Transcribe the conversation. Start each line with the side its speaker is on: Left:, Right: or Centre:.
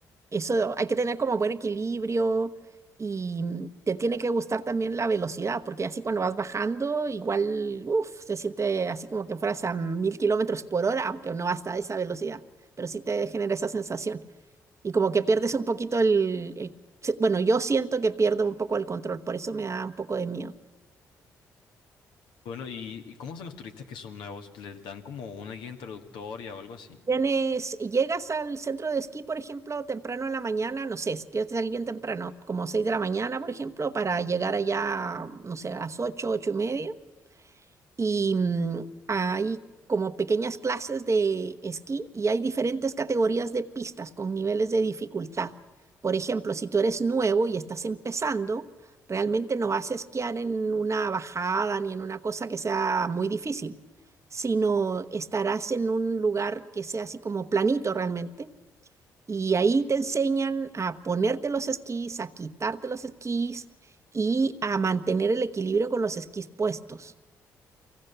Right: eso hay que tener como buen equilibrio y mm, te tiene que gustar también la velocidad porque así cuando vas bajando igual, uf, se siente así como que fueras a mil kilómetros por hora, aunque no hasta esa velocidad, pero sí te genera esa sensación. Y como que pierdes un poquito el, el- se- Bueno, yo siento que pierdo un poco el control, por eso me da un poco de miedo.
Left: Bueno, ¿y, y cómo hacen los turistas que son nuevos? ¿Les dan como una guía introductoria o algo así?
Right: Tienes, llegas al centro de esquí, por ejemplo, temprano en la mañana, no sé, tienes que salir bien temprano, como 6 de la mañana, por ejemplo, para llegar allá, no sé, a las ocho ocho y media. y mm, hay como pequeñas clases de esquí y hay diferentes categorías de pistas con niveles de dificultad. Por ejemplo, si tú eres nuevo y estás empezando, realmente no vas a esquiar en una bajada ni en una cosa que sea muy difícil, sino estarás en un lugar que sea así como planito realmente. Y ahí te enseñan a ponerte los esquís, a quitarte los esquís y a mantener el equilibrio con los esquís puestos.